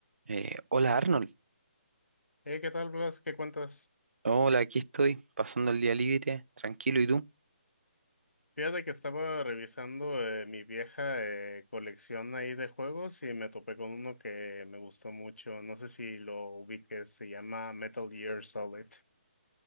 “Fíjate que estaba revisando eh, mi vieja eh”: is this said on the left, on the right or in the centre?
Left